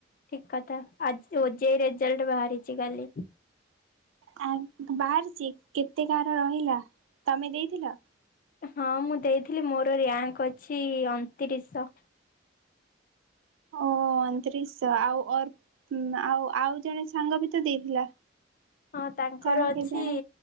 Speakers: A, on the left; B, on the right.
A: ଠିକ କଥା, ଆଜି ଓ ଜେ ଇ ରେଜଲ୍ଟ ବାହାରିଚି କାଲି।
B: ଆଁ ବାହାରିଚି କେତେ କାହାର ରହିଲା ତମେ ଦେଇଥିଲ?
A: ହଁ ମୁଁ ଦେଇଥିଲି ମୋର ରାୟଙ୍କ ଅଛି ଅଣତିରିଶଶ।
B: ଓ ଅଣତିରିଶ ଆଉ ଅର ଆଉ ଆଉ ଜଣେ ସାଙ୍ଗ ବି ତ ଦେଇଥିଲା?
A: ହଁ ତାଙ୍କର
B: ତାର
A: ଅଛି
B: କେଜାଣି